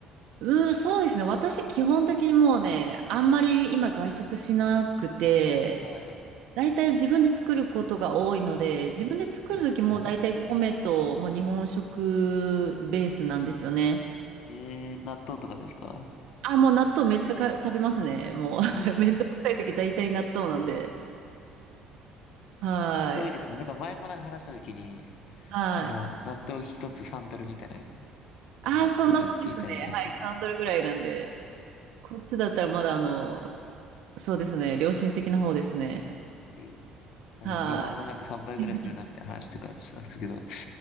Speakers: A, on the right; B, on the left.
A: うん、そうですね。私基本的にもうね、あんまり今外食しなくて、
B: はい。
A: 大体自分で作ることが多いので、自分で作るときも大体米ともう日本食ベースなんですよね。
B: そうなんですね。えー納豆とかですか
A: あ、もう納豆めっちゃか食べますね。もう
B: ええ、
A: <laughs> めんどくさいとき大体納豆なんで。はい。
B: 納豆いいですね。なんか前もなんか話したときに、
A: はい。
B: その、納豆一つサンドルみたいなお話とか聞いたりとかしてて、
A: あ、そんなもんですね。はい。3ドルぐらいなんで。こっちだったらまだあの、そうですね。良心的な方ですね。
B: ええなんか日本のなんか3倍ぐらいするなみたいな話とかしてたんですけど、
A: はい。<laughs>